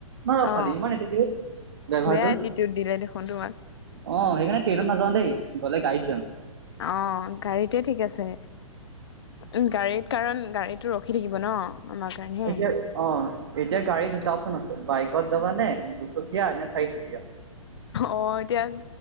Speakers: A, on the right; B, on the left.
A: ন ৰখালে,
B: অ
A: ইমান এটটিউড ড্ৰাইভাৰটোৰ।
B: বেয়া এটিটিউড দিলে দেখোন তোমাক
A: অ সেইকাৰণে ট্ৰেইন নাযাওঁ দেই, গ'লে গাড়ীত যাম।
B: অ', গাড়ীতেে ঠিক আছে। উ গাড়ীত কাৰণ, গাড়ীটো ৰখি থাকিব ন। আমাৰ কাৰণেহে
A: এতিয়া অ, এতিয়া গাড়ী দুটা অপচন আছে, বাইকত যাবা নে চকিয়া নে, চাৰি চকিয়া।
B: অ, এতিয়া